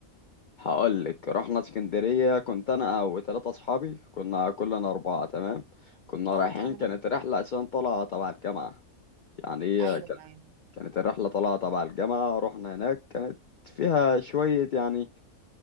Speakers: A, on the left; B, on the right.
A: هقول لك رحنا اسكندرية كنت أنا وثلاثة أصحابي كنا كلنا أربعة تمام كنا
B: اه
A: رايحين
B: تمام
A: كانت رحلة أساسا طالعة تبع الجامعة يعني هي
B: ايوه
A: كانت
B: ايوه
A: كانت الرحلة طالعة تبع الجامعة رحنا هناك كانت فيها شوية يعني